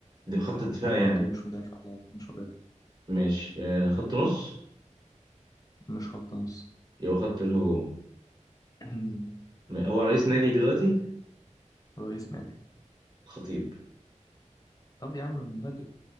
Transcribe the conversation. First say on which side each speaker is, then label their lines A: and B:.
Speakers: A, on the right; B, on the left.
A: دي خط الدفاع
B: برضه
A: يعني
B: مش مدافع لا لا مش مدافع
A: ماشي آه خط نص
B: مش خط نص
A: يبقى خط الهجوم
B: <clears throat>
A: هو رئيس نادي دلوقتي
B: رئيس نادي
A: الخطيب
B: طب يا عم من بدري